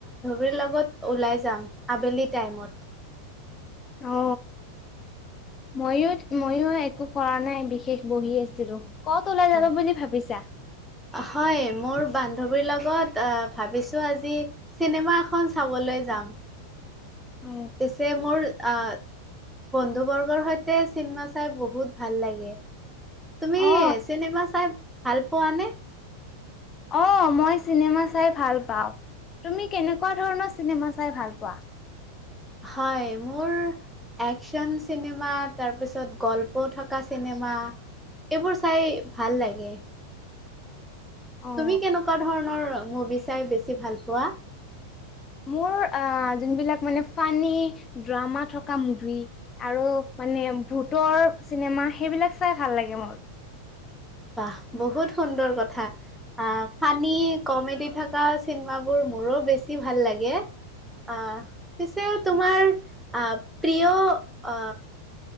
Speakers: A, in the centre; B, on the left.
A: মোৰ লগত ওলাই যাম আবেলি টাইমত।
B: অ মইও মইও একো কৰা নাই বিশেষ বহি আছিলো। ক'ত ওলাই
A: হয়
B: যাব বুলি ভাবিছা?
A: হয় মোৰ বান্ধৱীৰ লগত ভাবিছোঁ আজি চিনেমা এখন চাবলৈ যাম।
B: অ
A: পিছে মোৰ আহ বন্ধু বৰ্গৰ সৈতে চিনেমা চাই বহুত ভাল লাগে। তুমি
B: অ
A: চিনেমা চাই ভাল পোৱা নে?
B: অ মই চিনেমা চাই ভাল পাওঁ। তুমি কেনেকুৱা ধৰণৰ চিনেমা চাই ভাল পোৱা।
A: হয় মোৰ একচন চিনেমা তাৰপিছত গল্প থকা চিনেমা এইবোৰ চাই ভাল লাগে।
B: অ
A: তুমি কেনেকুৱা ধৰণৰ মুভি চাই বেছি ভাল পোৱা?
B: মোৰ জোনবিলাক মানে ফানী ড্ৰামা থকা মুভি আৰু মানে ভূতৰ চিনেমা সেইবিলাক চাই ভাল লাগে মোৰ।
A: বাহ বহুত সুন্দৰ কথা। আ ফানি কমেডি থকা চিনেমাবোৰ মোৰো বেছি ভাল লাগে। আ পিছে তোমাৰ আ প্ৰিয় আ